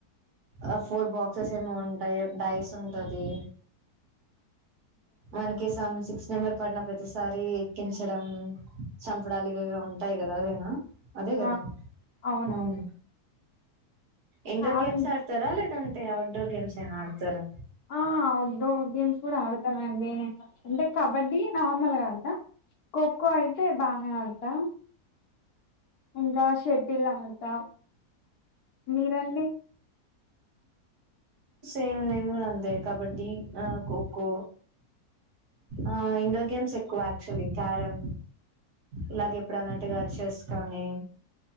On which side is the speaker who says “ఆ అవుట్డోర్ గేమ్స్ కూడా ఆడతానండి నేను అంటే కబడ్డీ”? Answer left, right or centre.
Left